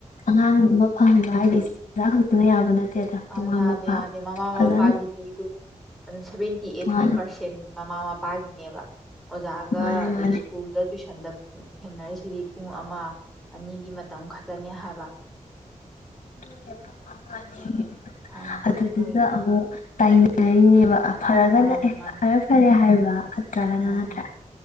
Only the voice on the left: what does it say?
ꯑꯉꯥꯡ ꯑꯃ ꯐꯍꯟꯕ ꯍꯥꯏꯖꯤ ꯑꯣꯖꯥ ꯈꯛꯇꯅ ꯌꯥꯕ <unintelligible>
ꯃꯃꯥ
ꯃꯄꯥ
ꯐꯖꯅ
ꯃꯥꯅꯦ
ꯃꯥꯅꯦ
ꯃꯥꯅꯦ
<unintelligible> <unintelligible>
ꯑꯗꯨꯗꯨꯗ
ꯑꯃꯨꯛ ꯇꯥꯏꯅꯔꯤꯅꯦꯕ ꯐꯔꯒ
<unintelligible>
ꯐꯔꯦ ꯐꯔꯦ ꯍꯥꯏꯕ ꯐꯠꯇ꯭ꯔꯒꯅ
ꯅꯠꯇ꯭ꯔ